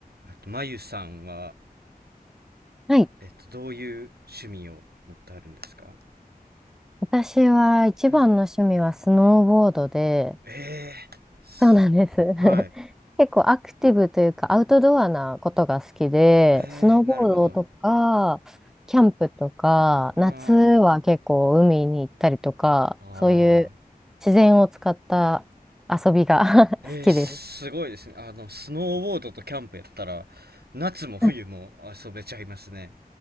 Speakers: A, on the right; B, in the centre.
A: あと、まゆさんは、
B: はい。
A: えっと、どういう趣味を持ってあるんですか
B: 私は一番の趣味はスノーボードで、
A: はい。えー
B: そうなんです。
A: はい。
B: <laughs> 結構アクティブというかアウトドアなことが好きで、
A: えーなるほど。
B: スノーボードとか、キャンプとか、
A: あーあ
B: 夏は結構海に行ったりとか、
A: あ。
B: そういう自然を使った遊びが
A: えーすごいですね。
B: <laughs> 好きです。
A: あの、スノーボードとキャンプやったら、夏も冬も遊べちゃいますね。
B: はい